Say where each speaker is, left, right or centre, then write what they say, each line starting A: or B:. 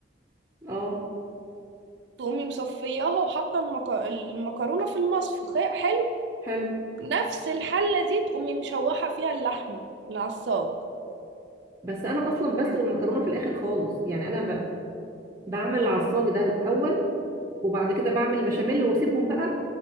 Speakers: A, on the right; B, on the right.
A: اه
B: تقومي مصفياها وحاطه المك... المكرونه في المصفى خ-
A: حلو
B: نفس الحلة دي تقومي مشوحة فيها اللحمة العصاج
A: بس انا اصلا بسلق المكرونه في الاخر خالص يعني انا ب... بعمل العصاج ده الاول وبعد كده بعمل البشاميل واسيبهم بقى